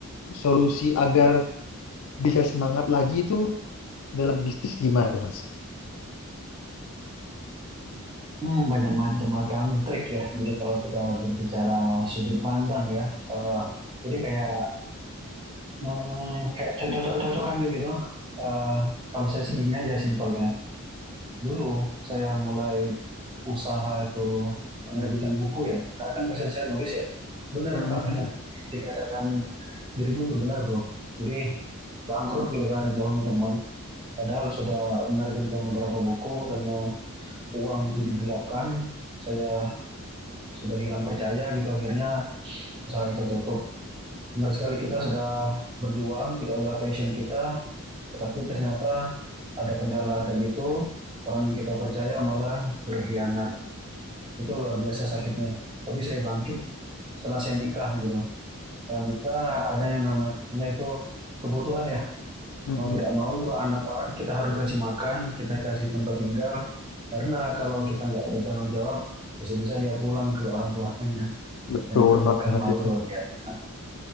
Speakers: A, on the left; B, on the right.
A: solusi agar bisa semangat lagi itu dalam bisnis gimana tuh Mas?
B: hmm, banyak macam-macam trik ya jadi kalau kita berbicara sudut pandang ya eh, jadi kayak hmm, kayak cocok-cocokan kayak gitu Eh, kalau saya sih gini aja simpel ya Dulu saya mulai usaha itu penerbitan buku ya. Karena kan passion saya nulis ya. Benar
A: Hmm,
B: apa yang dikatakan dirimu itu benar, Bro. Jadi bangkrut gitu kan dibohongi teman. Padahal sudah menerbitkan beberapa buku karena uang itu digelapkan, saya sudah hilang percaya gitu akhirnya usaha itu tutup. Benar sekali kita sudah berjuang, itu adalah passion kita, tetapi ternyata ada kendala kayak gitu, orang yang kita percaya malah berkhianat. Itu luar biasa sakitnya. Tapi saya bangkit setelah saya nikah gitu. Setelah nikah ada yang namanya itu kebutuhan ya.
A: hmm,
B: Mau tidak mau itu anak orang kita harus kasih makan, kita kasih tempat tinggal. Karena kalau kita nggak bertanggung jawab, bisa-bisa dia pulang ke orang tuanya.
A: Betul
B: Dan itu
A: banget
B: bakal malu
A: itu.
B: luar biasa.